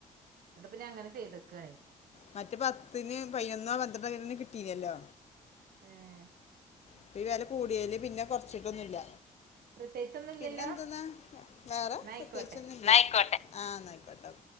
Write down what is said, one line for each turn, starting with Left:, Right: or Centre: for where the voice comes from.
Right: ന്ന്ട്ട് പിന്നെ അങ്ങനെ ചെയ്തക്കാണേ
Left: മറ്റ പത്തിന് പയ്യൊന്നോ പന്ത്രണ്ടോ കരന് കിട്ടീനല്ലോ.
Right: ഏഹ്
Left: ഇപ്പ വെല കൂടിയല് പിന്നെ കൊറച്ചിട്ടൊന്നുല്ല.
Right: പ്രത്യേകിച്ചൊന്നും ഇല്ലല്ലോ
Left: പിന്നെ എന്തന്നാ വേറെ
Right: എന്നായിക്കോട്ടെ
Left: പ്രത്യകിച് ന്നൂല്ല ആഹ് ന്നയിക്കോട്ടെ.